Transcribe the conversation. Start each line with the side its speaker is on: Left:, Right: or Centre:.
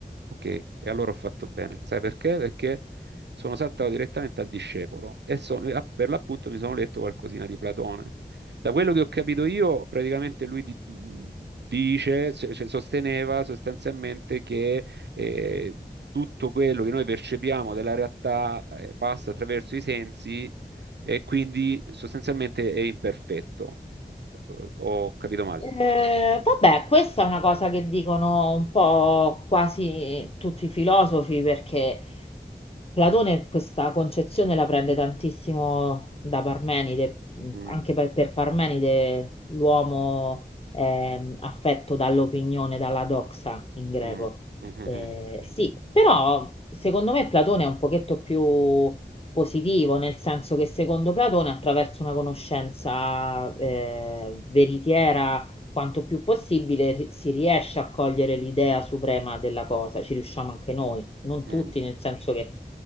Right: Ok, e allora ho fatto bene. Sai perché? Perché sono saltato direttamente al discepolo e so- e a- per l'appunto mi sono letto qualcosina di Platone. Da quello che ho capito io, praticamente lui di- dice, cioè- cioè sosteneva sostanzialmente che eh, tutto quello che noi percepiamo della realtà eh, passa attraverso i sensi e quindi sostanzialmente è imperfetto. Eh, Ho capito male.
Left: Eh, vabbè, questa è una cosa che dicono un po' quasi tutti i filosofi perché Platone questa concezione la prende tantissimo da Parmenide, mh,
Right: Mm,
Left: anche per, per Parmenide l'uomo è mh, affetto dall'opinione, dalla doxa in greco.
Right: mm, mm, mm,
Left: Eh,
Right: mm.
Left: sì, però secondo me Platone è un pochetto più positivo, nel senso che secondo Platone attraverso una conoscenza eh, veritiera quanto più possibile ri- si riesce a cogliere l'idea suprema della cosa, ci riusciamo anche noi non
Right: mm.
Left: tutti, nel senso che